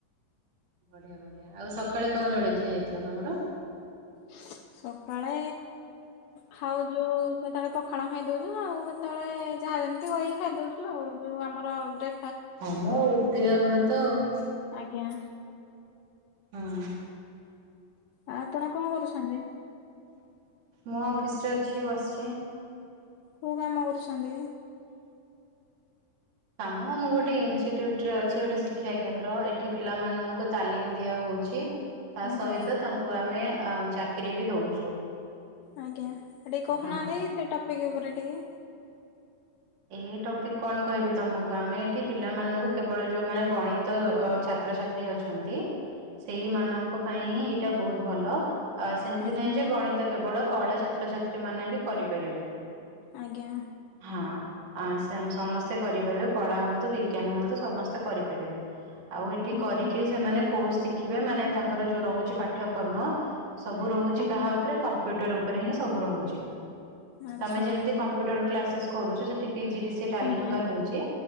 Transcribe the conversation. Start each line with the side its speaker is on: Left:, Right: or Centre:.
Right: ବଢ଼ିଆ ବଢ଼ିଆ ଆଉ ସକାଳେ କଣ ଜଳଖିଆ ହେଇଥିଲା ତମର?
Left: <inaudible> ସକାଳେ ଖାଉଛୁ କେତେବେଳେ ପଖାଳ ଖାଇଦଉଛୁ ଆଉ କେତେବେଳେ ଯାହା ଯେମିତି ଘାଣ୍ଟି ଗୋଳେଇକି ଖାଇଦୋଉଛୁ ଆଉ ଯୋଉ ଆମର ବ୍ରେ
Right: ହଁ ମ ଓଟିଆ ଘର ତ ଆଉ।
Left: ଆଜ୍ଞା।
Right: ହଁ।
Left: ଆ ଆପଣ କଣ କରୁଛନ୍ତି?
Right: ମୁଁ ଅଫିସରେ ଅଛି ବସିଛି।
Left: କୋଉ କାମ କରୁଛନ୍ତି?
Right: କାମ ମୁଁ ଗୋଟେ ଇନସିଟିଟ୍ୟୁଟ ରେ ଅଛି ଗୋଟେ ଶିକ୍ଷା କେନ୍ଦ୍ର ଏଠି ପିଲାମାନଙ୍କୁ ତାଲିମ ଦିଆହଉଛି। ତା
Left: ଓହୋ।
Right: ସହିତ ତାଙ୍କୁ ଆମେ ଚାକିରୀ ବି ଦଉଛୁ।
Left: ଆଜ୍ଞା ଟିକେ କହୁନାହାନ୍ତି
Right: ହଁ।
Left: ସେ ଟପିକ ଉପରେ ଟିକେ।
Right: ଏଇ ଟପିକ କଣ କହିବି ତମକୁ ଆମେ ଏଠି ପିଲାମାନଙ୍କୁ କେବଳ ଯୋଉ ମାନେ ଗଣିତ ଛାତ୍ରଛାତ୍ରୀ ତ୍ରୀ ଅଛନ୍ତି।
Left: <inaudible>
Right: ସେଇମାନଙ୍କ ପାଇଁ ହିଁ ଏଇଟା ବହୁତ ଭଲ ଆ ସେମିତି
Left: ଆଜ୍ଞା
Right: ନାହିଁ ଯେ ଗଣିତ କେବଳ କଳା ଛାତ୍ରଛାତ୍ରୀ ମାନେ ବି କରିପାରିବେ।
Left: ଆଜ୍ଞା।
Right: ହଁ। ଆ ସମସ୍ତେ କରିପାରିବେ କଳା ହୁଅନ୍ତୁ ବିଜ୍ଞାନ ହୁଅନ୍ତୁ ସମସ୍ତେ କରିପାରିବେ। ଆଉ ଏଠି
Left: ଆଜ୍ଞା
Right: କରିକିରି ସେମାନେ କୋର୍ସ ଶିଖିବେ ମାନେ ତାଙ୍କର ଯୋଉ ରହୁଛି ପାଠ୍ୟକ୍ରମ। ସବୁ ରହୁଛି
Left: ଆଜ୍ଞା
Right: କାହା ଉପରେ କମ୍ପ୍ୟୁଟର ଉପରେ ହିଁ ସବୁ ରହୁଛି
Left: ଆଚ୍ଛା।
Right: ତମେ ଯେମିତି କ କମ୍ପୁଟର କ୍ଲାସେସ କରୁଚ ସେଠି P G D C A Tally
Left: ଆଜ୍ଞା
Right: ଘଇକା ରହୁଚି